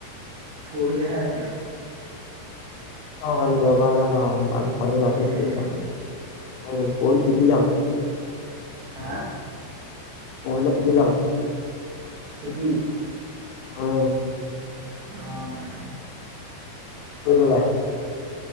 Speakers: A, on the right (about 70°); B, on the left (about 80°).
A: পুৰহিলৈহে আছে।
B: অহ' কালি দেওবাৰ হয় ন'। আজি শনিবাৰ ধেত
A: উম
B: তেৰিকা। পৰহিলৈ টিতি যাম।
A: হা
B: পৰহিলৈ টিতি যাম।
A: টি পি
B: উম
A: অহ'
B: <unintelligible>